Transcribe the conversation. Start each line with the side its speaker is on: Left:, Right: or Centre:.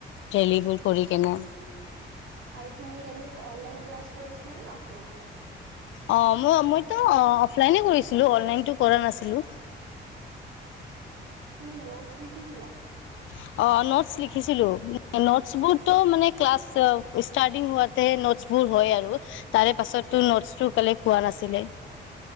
Left: ৰেলী কৰি কিনে।
Right: আৰু তুমি এনে অনলাইন ক্লাছ কৰি লা নে আফলাইন ক্লাছ?
Left: অ', ম মইতো অফলাইনে কৰিছিলো অনলাইনটো কৰা নাছিলো।
Right: তুমি নটছ লিখি চিলা?
Left: অ', নোটছ লিখিছিলো নোটছবোৰটো মানে ক্লাছ ষ্টাৰটিং হোৱাতে নোটছবোৰ হয় আৰু তাৰে পাছতো নোটছটো কালেক্ট হোৱা নাছিলে